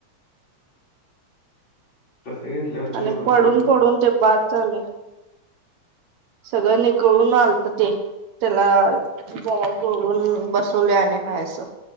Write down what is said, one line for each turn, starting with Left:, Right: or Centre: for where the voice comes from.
Left: तसे घेतले होते
Right: आणि
Left: होतेच
Right: पडून-पडून ते बाद झाले, सगळं निक कळून आलत ते त्याला <unintelligible> जोळून बसवलयं आणि हाय असं.